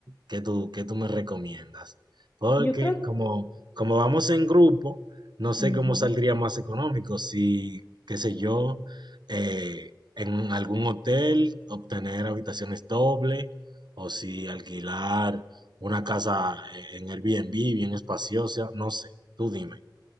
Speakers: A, on the right; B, on the left.
A: ¿qué tú, qué tú me recomiendas? Porque
B: Yo creo.
A: como, como vamos en grupo, no sé
B: ujú.
A: cómo saldría más económico, si, qué sé yo, eh, en algún hotel obtener habitaciones doble o si alquilar una casa eh, en Airbnb bien espaciosa, no sé, tú dime.